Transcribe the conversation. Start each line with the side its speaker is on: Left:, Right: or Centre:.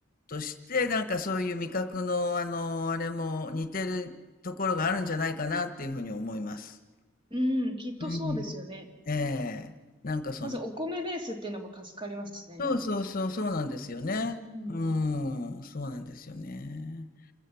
Left: として、なんかそういう味覚のあの、あれも似てるところがあるんじゃないかなっていうふうに思います。
Right: うん、きっとそうですよね。
Left: うん。ええなんかその、
Right: まずお米ベースっていうのも助かりますね。
Left: そうそうそう、そうなんですよね。
Right: うん、うん。
Left: うん、そうなんですよね。